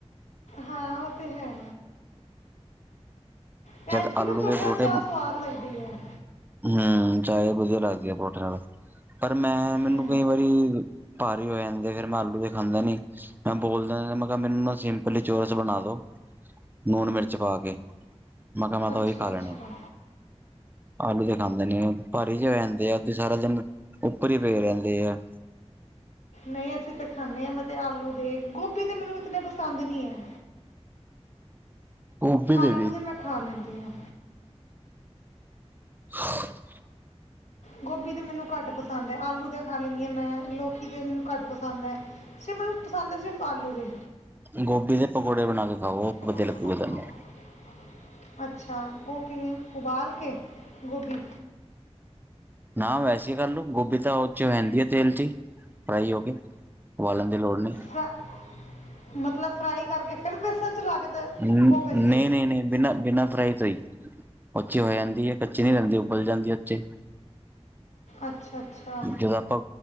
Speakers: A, on the left; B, on the right.
A: ਹਾਂ ਓ 'ਤੇ ਹੈ। ਭੈਣ
B: ਜਦ
A: ਜੀ ਵੀ
B: ਆਲੂ
A: ਨਾ ਪਰੌਂਠੇ
B: ਦੇ
A: ਨਾਲ
B: ਪਰੋਠੇ,
A: ਚਾਹ ਸਵਾਦ ਲੱਗਦੀ ਹੈ
B: ਹੂੰ ਚਾਏ ਵਧੀਆ ਲੱਗਦੀ ਐ ਪਰੋਠੇ ਨਾਲ। ਪਰ ਮੈਂ ਮੈਨੂੰ
A: ਹੂੰ
B: ਕਈ ਵਾਰੀ ਭਾਰੀ ਹੋ ਜਾਂਦੇ ਫੇਰ ਮੈਂ ਆਲੂ ਦੇ ਖਾਂਦਾ ਨੀ। ਮੈਂ ਬੋਲਦਾ ਮੈਂ ਕ ਮੈਨੂੰ ਨਾ ਸਿੰਪਲੀ ਚੋਰਸ ਬਣਾ ਦੋ, ਨੂਨ, ਮਿਰਚ ਪਾ ਕੇ। ਮੈਂ ਕਿਹਾ ਮੈਂ ਤਾਂ
A: ਅੱਛਾ-ਅੱਛਾ।
B: ਉਹੀ ਖਾ ਲੈਣੇ ਆਲੂ ਦੇ ਖਾਂਦੇ ਨੀ ਓ ਭਾਰੀ ਜੇ ਹੋ ਜਾਂਦੇ ਆ ਉਦੇ ਸਾਰਾ ਦਿਨ ਉੱਪਰ ਈ ਪੇ ਰਹਿੰਦੇ ਆ।
A: ਨਈ ਅਸੀਂ 'ਤੇ ਖਾਂਨੇ ਆ ਮੈਂ 'ਤੇ ਆਲੂ ਦੇ, ਗੋਭੀ ਦੇ ਮੈਨੂੰ ਇਤਨੇ ਪਸੰਦ ਨੀ ਐ।
B: ਗੋਭੀ
A: ਆਲੂ
B: ਵੀ
A: ਦੇ ਮੈਂ ਖਾਂ ਲੀਦੀ ਆ।
B: <inaudible>
A: ਗੋਭੀ ਦੇ ਮੈਨੂੰ ਘੱਟ ਪਸੰਦ ਐ, ਆਲੂ ਦੇ ਖਾ ਲੈਨੀ ਆ ਮੈਂ, ਲੋਕੀ ਦੇ ਮੈਨੂੰ ਘੱਟ ਪਸੰਦ ਐ। ਸਿਰ ਮੈਨੂੰ ਪਸੰਦ ਐ ਸਿਰਫ ਆਲੂ ਦੇ।
B: ਗੋਭੀ ਦੇ ਪਕੌੜੇ ਬਣਾ ਕੇ ਖਾਓ।
A: <inaudible>
B: ਵਧੀਆ ਲੱਗੂਗਾ ਤੁਹਾਨੂੰ
A: ਅੱਛਾ ਓ ਕਿਵੇਂ ਉਬਾਲ ਕੇ, ਗੋਭੀ?
B: ਨਾ ਵੈਸੀ ਕਰ ਲੋ ਗੋਭੀ ਤਾਂ ਓ 'ਚ ਰਹਿੰਦੀ ਆ ਤੇਲ 'ਚ ਈ, ਫਰਾਈ ਹੋ ਕੇ। ਉਬਾਲਣ ਦੀ ਲੋੜ ਨਹੀਂ
A: ਫਰਾ, ਮਤਲਬ ਫਰਾਈ ਕਰਕੇ ਫਿਰ ਬੇਸਨ 'ਚ ਲਾ ਕੇ ਤੇ
B: ਹੂੰ
A: ਉਹ ਕਰੀਏ
B: ਨਈ-ਨਈ-ਨਈ ਬਿਨਾਂ ਬਿਨਾਂ ਫਰਾਈ ਤੋਂ ਹੀ, ਉਥੇ ਹੋ ਜਾਂਦੀ ਹੈ ਕੱਚੀ ਨੀ ਰਹਿੰਦੀ ਉਬਲ ਜਾਂਦੀ ਉੱਥੇ।
A: ਅੱਛਾ। ਅੱਛਾ
B: ਜਦੋਂ ਆਪਾਂ,